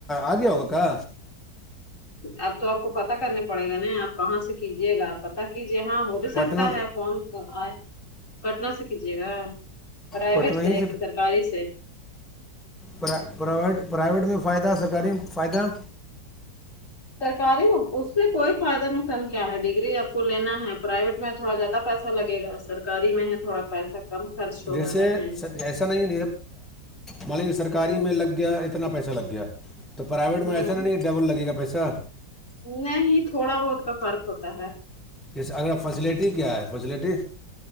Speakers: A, in the centre; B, on the left (about 45°).
A: آ گیا ہوگا کا
B: اب تو آپ کو پتا کرنے پڑے گا نا آپ کہاں سے کیجیے گا آپ پتا کیجیے ہاں ہو ہو
A: پٹنہ
B: سکتا ہے فارم آے پٹنا سے کیجیے گا پرائیویٹ
A: پٹنہ
B: سے
A: ہی
B: ہے کہ سرکاری سے
A: پر پرائیویٹ پرائیویٹ میں فائدہ سرکاری میں فائدہ
B: سرکاری اس میں کوئی فائدہ نقصان کیا ہے ڈگری آپ کو لینا ہے پرائیویٹ میں تھوڑا زیادہ پیسہ سا لگے گا سرکاری میں ہے تھوڑا پیسہ کم خرچ ہوگا
A: جیسے
B: ہے نہیں
A: ایسا نہیں مانلے سرکاری
B: ہوں
A: میں لگ گیا ات اتنا پیسہ لگ گیا تو پرائیویٹ میں
B: ہوں
A: ایسا نا نہیں ڈبل لگے گا پیسہ
B: نہیں تھوڑا بہت کا فرق ہوتا ہے
A: جیس ا فیسیلٹی کیا ہے فیسیلٹی